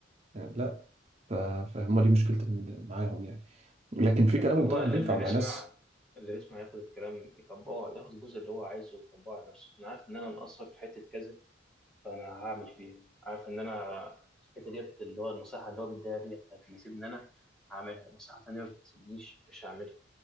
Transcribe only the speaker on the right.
يعني لا ف- فهم دي مشكلتي من- معاهم يعني لكن في كلامهم
طبعا
بينفع مع
ناس